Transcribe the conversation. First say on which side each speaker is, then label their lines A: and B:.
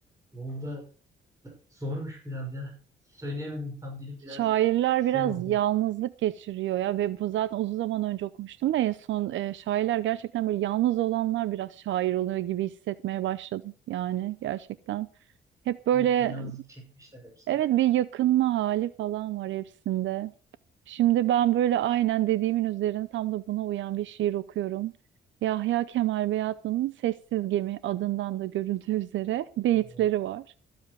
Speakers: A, on the right; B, on the right.
A: Bu da zormuş biraz ya. Söyleyemedim tam dilim birazcık
B: Şairler
A: şey
B: biraz
A: oldu.
B: yalnızlık geçiriyor ya ve bu zaten uzun zaman önce okumuştum da en son e, şairler gerçekten böyle yalnız olanlar biraz şair oluyor gibi hissetmeye başladım yani gerçekten. Hep böyle
A: Evet bir yalnızlık çekmişler hepsi.
B: evet bir yakınma hali falan var hepsinde. Şimdi ben böyle aynen dediğimin üzerine tam da buna uyan bir şiir okuyorum. Yahya Kemal Beyatlı'nın Sessiz Gemi adından da görüldüğü üzere beyitleri
A: Oo,
B: var.